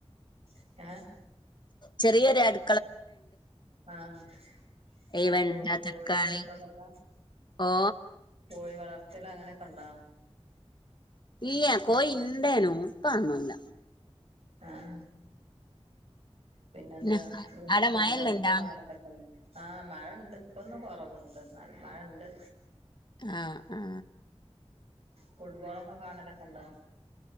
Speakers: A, on the right; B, on the left.
A: <unintelligible>
B: ചെറിയരു അടു
A: ആഹ് ങ്ങനെ
B: ഈ വെണ്ട
A: കോ കോഴി
B: തക്കാളി
A: ദക്കള് ള്ള
B: ഓ
A: കോഴി വളർത്തല് അങ്ങനെക്കെ ണ്ടോ
B: ഇല്ല കോഴിണ്ടേനു ഇപ്പ അ ഒന്നൂല്ല
A: ആഹ് പിന്നെന്താ
B: പിന്നെ
A: ഞ്ഞു
B: ആടെ
A: ഫുട്ബോളൊക്കെ
B: മഴെല്ലണ്ടാ
A: കാണണ്ടേ ആഹ് മഴണ്ട് ഇപ്പൊന്ന് കൊറവ്ണ്ട് ന്നാലും മഴ ണ്ട്
B: ആഹ് ആ
A: ഫുട്ബോളൊക്കെ കാണലൊക്കെ ണ്ടേ